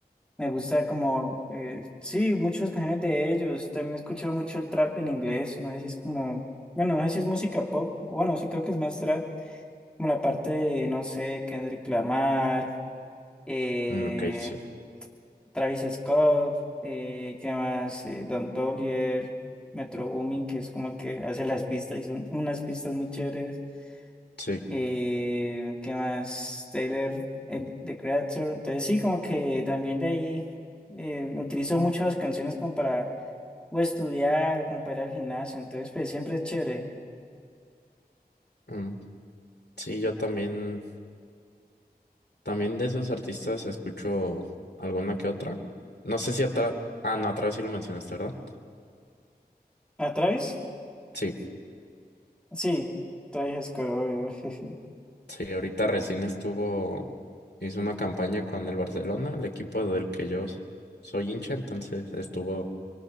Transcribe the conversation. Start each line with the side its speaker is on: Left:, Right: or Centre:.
Centre: me gusta como, eh, sí, muchas canciones de ellos, también he escuchado mucho el trap en inglés, no sé si es como, bueno, no sé si es música pop, bueno, sí creo que es más trap, Como la parte de, no sé, Kendrick Lamar, eh,
Left: Mm, ok, sí.
Centre: Travis Scott, eh, ¿qué más? Eh, Don Toliver, Metro Boomin, que es como que hace las pistas y son unas pistas muy chéveres.
Left: Sí.
Centre: Eh, ¿qué más? Taylor, el, The Creator. Entonces sí, como que también de ahí eh, utilizo muchas canciones como para o estudiar o como para ir al gimnasio. Entonces, pues siempre es chévere.
Left: em, sí, yo también. También de esos artistas escucho alguna que otra. No sé si atrás. Ah, no, atrás sí lo mencionaste, ¿verdad?
Centre: ¿A Travis?
Left: Sí,
Centre: Sí, Travis Scott, obvio. <laughs>
Left: sí, ahorita recién estuvo. Hizo una campaña con el Barcelona, el equipo del que yo s- soy hincha, entonces estuvo